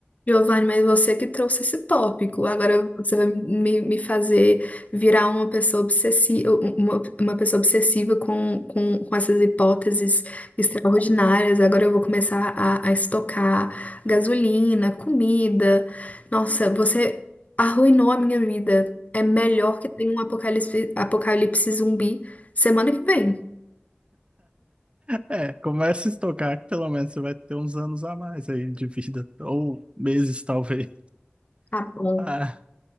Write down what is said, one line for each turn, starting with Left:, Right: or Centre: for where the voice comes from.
Left: Giovanni, mas você que trouxe esse tópico. Agora você vai me, me fazer virar uma pessoa obsessiva, uma, uma pessoa obsessiva com, com, com essas hipóteses extraordinárias. Agora eu vou começar a, a estocar gasolina, comida. Nossa, você arruinou a minha vida. É melhor que tenha um apocalipse, apocalipse zumbi semana que vem.
Right: É, começa a estocar que pelo menos você vai ter uns anos a mais aí de vida, ou meses <laughs> talvez.
Left: Tá bom.
Right: Ah,